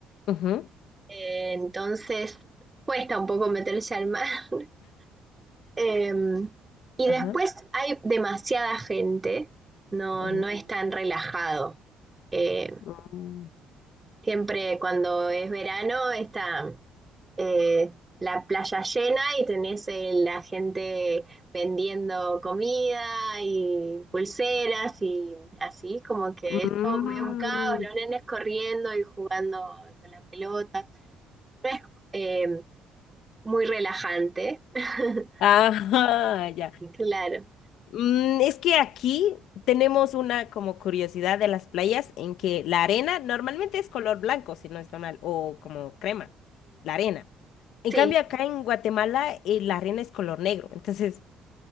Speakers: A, on the left; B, on the right.
A: Ujú,
B: Eh, entonces cuesta un poco meterse al mar. <laughs> Em, y
A: Ajá.
B: después hay demasiada gente, no,
A: ujú.
B: no es tan relajado. Eh,
A: Mm.
B: siempre cuando es verano está eh, la playa llena y tenés eh, la gente vendiendo comida y pulseras y así, como que
A: Mm.
B: esto es todo medio un caos, los nenes corriendo y jugando con la pelota. No es, eh, muy relajante. <laughs>
A: <laughs> Ajá, ya.
B: Claro.
A: Mm, es que aquí tenemos una como curiosidad de las playas en que la arena normalmente es color blanco, si no está mal, o como crema, la arena. En
B: Sí.
A: cambio, acá en Guatemala, eh, la arena es color negro. Entonces,